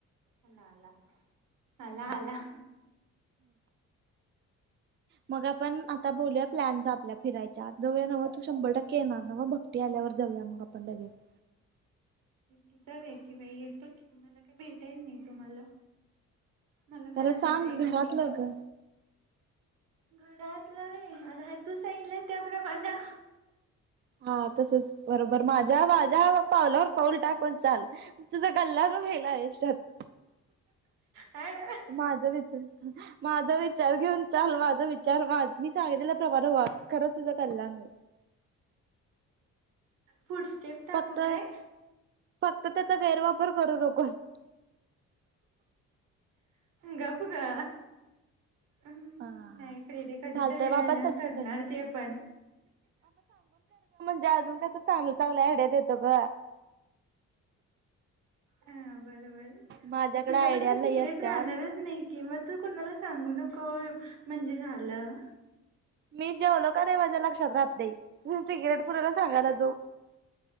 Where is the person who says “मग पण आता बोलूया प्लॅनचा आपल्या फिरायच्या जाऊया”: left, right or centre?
Right